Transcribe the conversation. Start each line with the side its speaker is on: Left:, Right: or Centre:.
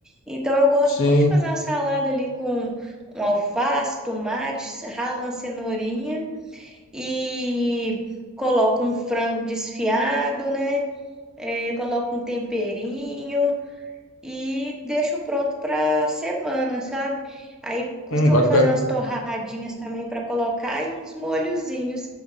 Centre: Então, eu gosto
Left: Sim,
Centre: muito de fazer uma salada ali com um alface, tomate, ralo uma cenourinha. e coloco um frango desfiado, né? É, coloco um temperinho e deixo pronto para semana, sabe? Aí costumo
Left: hum, bacana.
Centre: fazer umas torradinhas também para colocar e uns molhozinhos.